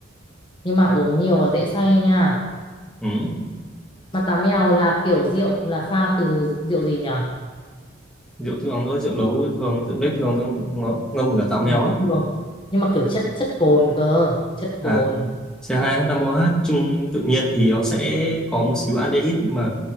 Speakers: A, on the left; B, in the centre.
A: Nhưng mà uống nhiều là dễ say nha.
B: ừ.
A: Mà táo mèo là kiểu rượu là pha từ rượu gì nhỉ?
B: rượu thường thôi rượu nấu thường rượu nếp thường xong ngọ- ngâm cả táo mèo
A: chữ nấu
B: á
A: thường nhưng mà kiểu chất chất cồn cơ chất
B: à
A: cồn
B: C2H5OH chung tự nhiên thì nó sẽ có một xíu aldehyde nhưng mà